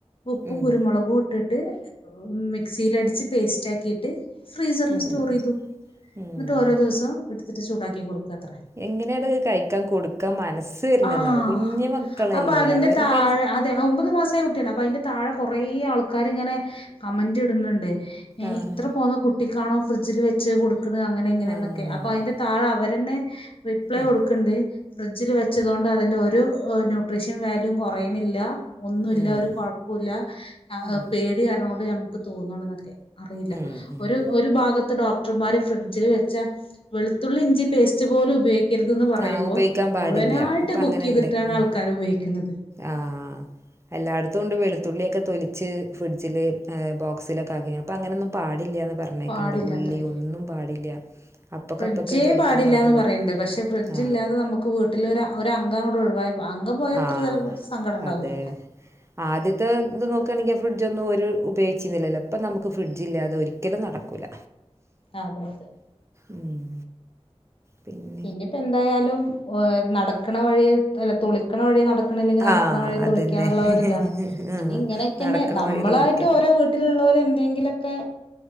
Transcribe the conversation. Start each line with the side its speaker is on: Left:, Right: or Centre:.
Left: ഉപ്പും,
Right: ഉം ഉം
Left: കുരുമുളകും, ഇട്ടിട്ട്. മിക്സിലടിച്ച് പേസ്റ്റ് ആക്കിട്ട് ഫ്രീസറിൽ
Right: ഉം
Left: സ്റ്റോർ
Right: ഉം
Left: ചെയ്തു
Right: ഉം
Left: എന്നിട്ട് ഓരോ ദിവസം എടുത്തിട്ട് ചൂടാക്കി കൊടുക്കുക അത്രേ.
Right: എങ്ങനെയാ അത് കഴിക്കാൻ കൊടുക്കാൻ മനസ്സ് വരുന്നെന്നാ,
Left: ആഹ്
Right: കുഞ്ഞു മക്കളല്ലേ
Left: അപ്പൊ അതിന്റെ
Right: അവരുടെ
Left: താഴെ അതെ ഒമ്പത് മാസ ആയ കുട്ടിയാണ്, അപ്പൊ അതിന്റെ താഴെ കൊറെ ആൾക്കാർ ഇങ്ങനെ കമന്റ് ഇടുന്നുണ്ട്. ഏ
Right: ആൾക്കാരിങ്ങനെ ആഹ്
Left: ഇത്ര പോന്ന കുട്ടിക്കാണോ ഫ്രിഡ്ജിൽ വെച്ച് കൊടുക്കുന്നത് അങ്ങനെ ഇങ്ങനെയന്നൊക്കെ
Right: ആഹ്
Left: അപ്പൊ അതിൻ്റെ താഴെ അവരന്നെ റിപ്ലൈ
Right: ഉം
Left: കൊടുക്കണ്ട്. ഫ്രിഡ്ജിൽ വെച്ചതൊണ്ട് അതിന്റെ ഒരു ന്യൂട്രീഷ്യൻ വാല്യൂ കുറയണില്ല. ഒ
Right: ഉം
Left: ഇല്ല ഒരു കുഴപ്പില്ല
Right: ഉം
Left: പേടി കാരണം കൊണ്ട് ഞമുക്ക് തോന്നാണ് എന്നൊക്കെ അറിയില്ല.
Right: ഉം ഉം
Left: ഒരു
Right: ഉം
Left: ഒരു ഭാഗത്ത് ഡോക്ടർമാര് ഫ്രിഡ്ജിൽ വെച്ച വെളുത്തുള്ളി, ഇഞ്ചി പേസ്റ്റ് പോലും ഉപയോഗിക്കരുതന്ന് പറയുമ്പോൾ?.
Right: ആഹ് ഉപയോഗിക്കാൻ പാടില്ല
Left: മുഴുവനായിട്ട്
Right: ഇപ്പ
Left: കുക്ക്
Right: അങ്ങനെണ്ട്
Left: ചെയ്തിട്ടാണ്
Right: ഉം
Left: ആൾക്കാര് ഉപയോഗിക്കുന്നത്.
Right: ആഹ് എല്ലായിടത്തും ഉണ്ട് വെളുത്തുള്ളിയൊക്കെ തൊലിച്ച് ഫിഡ്ജില് ബോക്സിലൊക്കെ ആക്കി അപ്പോ അങ്ങനൊന്നും പാടില്ലന്ന് പറഞ്ഞ് പറഞ്ഞൊക്കണ്ട്
Left: പാടില്ലാത്രേ
Right: ഉള്ളിയൊന്നും പാടില്ല. അപ്പക്കെ
Left: ഫ്രിഡ്ജേ
Right: അപ്പൊക്കെ തോലിക്കാൻ
Left: പാടില്ലാന്ന്
Right: പാടുള്ളോ
Left: പറയണ്ട് പക്ഷെ ഫ്രിഡ്ജ്
Right: ആ
Left: ഇല്ലാതെ നമുക്ക് വീട്ടിലൊ ഒ അംഗ കൂടെ ഒഴിവായി അംഗം പോയ ഇത്ര
Right: ആഹ്
Left: സങ്കടം ഉണ്ടാവൂല.
Right: അതെ ആദ്യത്തെ ഇത് നോക്കുകയാണെങ്കിൽ, ഫ്രിഡ്ജ ഒന്നും ഒരു ഉപയോഗിച്ചിരുന്നില്ലല്ലോ? ഇപ്പം നമുക്ക് ഫ്രിഡ്ജില്ലാതെ ഒരിക്കലും നടക്കൂല്ല.
Left: അതെ അതെ
Right: ഉം പിന്നെ
Left: പിന്നിപ്പെന്തായാലും ഓയ നടക്കണ വഴിയെ അല്ല തൊളി ക്കണ വഴിയെ നടക്കണ്ല്ലെങ്കിൽ, നടക്ക്ണ
Right: ആ
Left: വഴിയെ
Right: അതന്നെ
Left: തൊളിക്കാന്നുള്ള ഒരു താണ്,
Right: ആ
Left: ഇനി ഇങ്ങനെക്കെ
Right: നടക്കണ
Left: ന്നെ നമ്മളായിട്ടൊരു
Right: വഴി തുളിക്ക
Left: വീ ട്ടിലുള്ളാര് എന്തെങ്കിലൊക്കെ